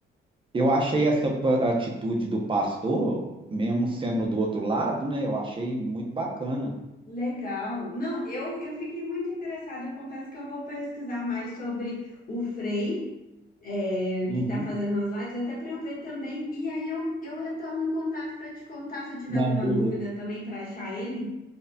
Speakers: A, on the right; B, on the left.
A: eu achei essa pa- atitude do pastor, mesmo sendo do outro lado, né? Eu achei muito bacana.
B: Legal. Não, eu, eu fiquei muito interessada. Eu confesso que eu vou pesquisar mais sobre o Frei, é, que
A: Uhum.
B: está fazendo as lives, até para eu ver também. E aí eu, eu retorno o contato para te contar se eu tiver
A: Não,
B: alguma
A: beleza.
B: dúvida também para achar ele.